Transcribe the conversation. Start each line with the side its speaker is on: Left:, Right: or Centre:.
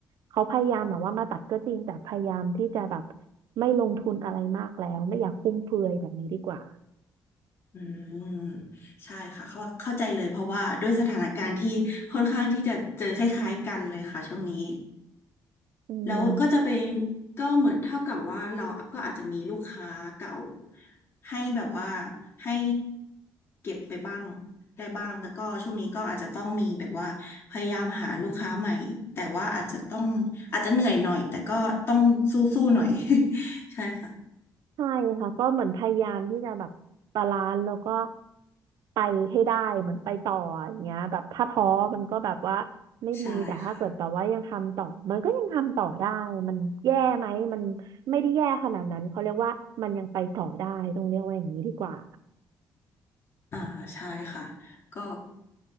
Right: เขาพยายามแบบว่ามาตัดก็จริงแต่พยายามที่จะแบบไม่ลงทุนอะไรมากแล้วไม่อยากฟุ่มเฟือยแบบนี้ดีกว่า
Left: อืมใช่ค่ะเข้าเข้าใจเลยเพราะว่าด้วยสถานการณ์ที่ค่อนข้างที่จะเจอคล้ายๆกันเลยค่ะช่วงนี้
Right: อืม
Left: แล้วก็จะเป็นก็เหมือนเท่ากับว่าเราก็อาจจะมีลูกค้าเก่าให้แบบว่าให้เก็บไปบ้างได้บ้างแต่ก็ช่วงนี้ก็อาจจะต้องมีแบบว่าพยายามหาลูกค้าใหม่แต่ว่าอาจจะต้องอาจจะเหนื่อยหน่อยแต่ก็ต้องสู้ๆหน่อย <laughs> ใช่ค่ะ
Right: ใช่ค่ะก็เหมือนพยายามที่จะแบบบาลานซ์แล้วก็ไปให้ได้เหมือนไปต่ออย่างเงี้ยแบบถ้าท้อมันก็แบบว่าไม่ดีแต่ถ้าเกิดแบบว่ายังทำต่อมันก็ยังทำต่อได้มันแย่ไหมมันไม่ได้แย่ขนาดนั้นเขาเรียกว่ามันยังไปต่อได้ต้องเรียกว่าอย่างนี้ดีกว่า
Left: ใช่ค่ะอ่าใช่ค่ะก็